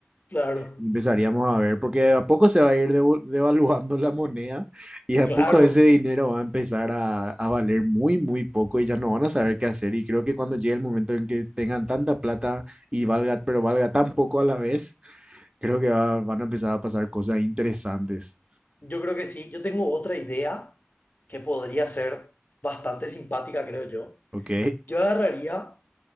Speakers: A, on the left (about 45°); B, on the right (about 25°).
A: claro,
B: y empezaríamos a ver, porque de a poco se va a ir devo- devaluando la moneda y de a
A: claro.
B: poco ese dinero va a empezar a, a valer muy, muy poco y ya no van a saber qué hacer. Y creo que cuando llegue el momento en que tengan tanta plata y valga, pero valga tan poco a la vez, creo que va- van a empezar a pasar cosas interesantes.
A: Yo creo que sí. Yo tengo otra idea que podría ser bastante simpática, creo yo.
B: ¿Ok?
A: Yo agarraría